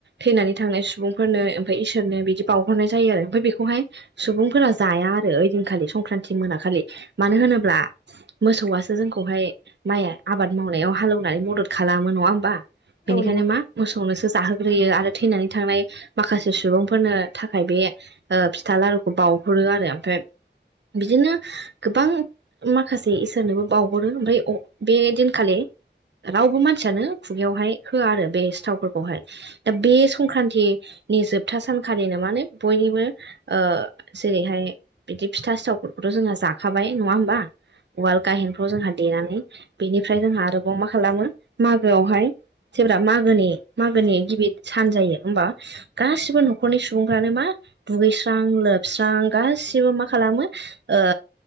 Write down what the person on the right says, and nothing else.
थैनानै थांनाय सुबुंफोरनो ओमफ्राय इसोरनो बिदि बावहरनाय जायो आरो ओमफ्राय बेखौहाय सुबुंफोरा जाया आरो ओइदिनखालि संक्रान्ति मोनाखलि मानो होनोब्ला मोसौआसो जोंखौहाय माइ आबाद मावनायाव हालौ एव नानै मदद खालामो नङा होमबा बेनिखायनो
मा मोसौनोसो जाहोग्रोयो आरो थैनानै थांनाय माखासे सुबुंफोरनो थाखाय बे फिथा लारुखौ बाउहरो आरो ओमफ्राय बिदिनो गोबां माखासे इसोरनोबो बावहरो ओमफ्राय बे दिनखालि रावबो मानसियानो खुगायावहाय होआ आरो बे सिथावफोरखौहाय दा बे संक्रान्तिनि जोबथा सानखालिनो माने बयनिबो ओ जेरैहाय बिदि फिथा सिथावफोरखौथ' जोङो जाखाबाय नङा होमबा उवाल गाहेनफ्राव जोंहा देनानै बेनिफ्राय जोंहा आरोबाव मा खालामो मागोआवहाय जेब्ला मागोनि मागोनि गिबि सान जायो होमबा गासिबो न'खरनि सुबुंफ्रानो मा दुगैस्रां लोबस्रां गासिबो मा खालामो ओ